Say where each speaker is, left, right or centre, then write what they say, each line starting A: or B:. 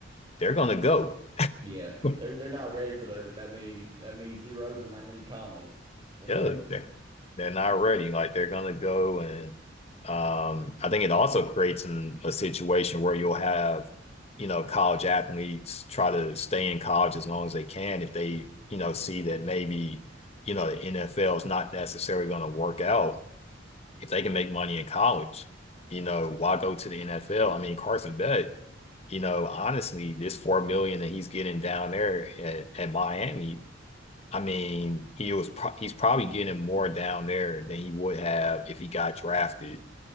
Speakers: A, on the left; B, on the right.
A: they're going to go
B: Yeah,
A: <laughs>
B: they're they're not ready for the that many that many zeros and that many commas in
A: Yeah,
B: a pay
A: they're, they're not ready. Like they're gonna go and um, I think it also creates an, a situation where you'll have, you know, college athletes try to stay in college as long as they can if they, you know, see that maybe, you know, the NFL is not necessarily going to work out. If they can make money in college, you know, why go to the NFL? I mean, Carson Beck, you know, honestly, this four million that he's getting down there at, at Miami, I mean, he was pro he's probably getting more down there than he would have if he got drafted,